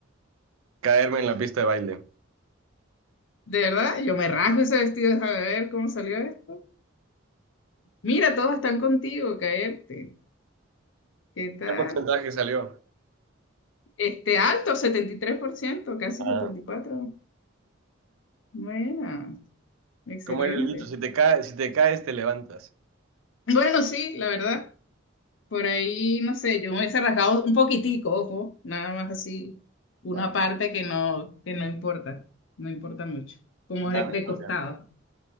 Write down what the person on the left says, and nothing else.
De verdad, yo me rasgo ese vestido, déjame ver cómo salió esto. Mira, todos están contigo, caerte. ¿Qué tal?
Este alto, 73% casi
74%. Buena, excelente.
Bueno, sí, la verdad. Por ahí, no sé, yo me hubiese rasgado un poquitico, ojo, nada más así, una
parte que no, que no importa, no importa mucho, como de,
de
costado.